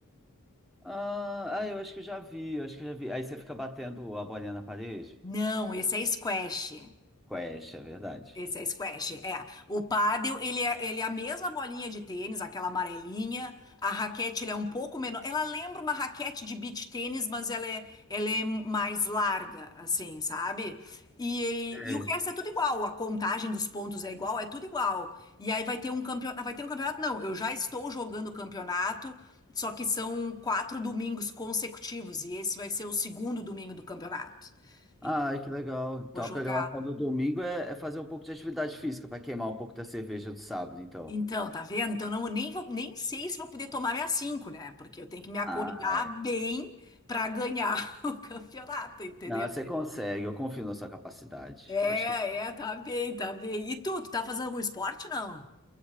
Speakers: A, in the centre; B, on the left.
A: Ah, ah, eu acho que eu já vi, eu acho que eu já vi. Aí você fica batendo a bolinha na parede?
B: Não, esse é squash.
A: Quest, é verdade.
B: Esse é squash, é. O pádel, ele é, ele é a mesma bolinha de tênis, aquela amarelinha. A raquete, ele é um pouco menor. Ela lembra uma raquete de beach tênis, mas ela é, ela é mais larga, assim, sabe? E,
A: É.
B: e o resto é tudo igual. A contagem dos pontos é igual, é tudo igual. E aí vai ter um campeonato. Vai ter um campeonato? Não, eu já estou jogando o campeonato, só que são quatro domingos consecutivos. E esse vai ser o segundo domingo do campeonato. Então,
A: Ai, que legal. Então
B: vou jogar.
A: a programação do domingo é, é fazer um pouco de atividade física para queimar um pouco da cerveja do sábado, então.
B: Então, tá vendo? Então, não, eu nem vou, nem sei se vou poder tomar minhas cinco, né? Porque eu tenho que me acordar
A: Ah,
B: bem para ganhar <laughs> o campeonato, entendeu?
A: Não, você consegue, eu confio na sua capacidade.
B: É,
A: Eu acho que.
B: é, tá bem, tá bem. E tu, tu tá fazendo algum esporte, não?